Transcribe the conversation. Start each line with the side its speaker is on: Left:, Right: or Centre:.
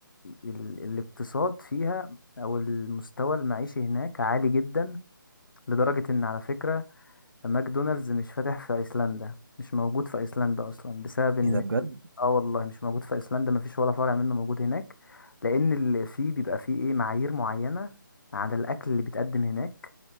Left: ال- الاقتصاد فيها او المستوى المعيشي هناك عالي جدا لدرجة ان على فكرة ماكدونالدز مش فاتح في ايسلندا مش موجود في ايسلندا اصلا بسبب ان
Right: ايه ده بجد
Left: اه والله مش موجود في ايسلندا مفيش ولا فرع منه موجود هناك لان اللي فيه بيبقى فيه ايه معايير معينة على الاكل اللي بيتقدم هناك